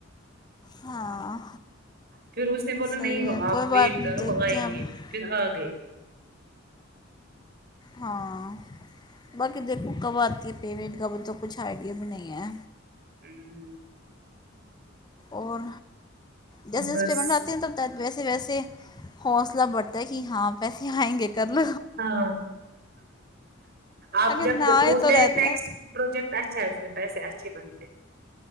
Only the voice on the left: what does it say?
ہاں
صحیح
ہے
کوئی بات
نہیں
دیکھتے
ہیں اب
ہاں باقی دیکھو کب آتی ہے پیمنٹ کابھی تو کچھ آئیڈیا بھی نہیں ہے
اور جیسے جیسے
پیمنٹ ہوتی ہیں تب تا ویسے ویسے حوصلہ بڑھتا ہے کہ ہاں پیسے آئیں گے کل
اگر
نہ آئے
تو رہتا
ہے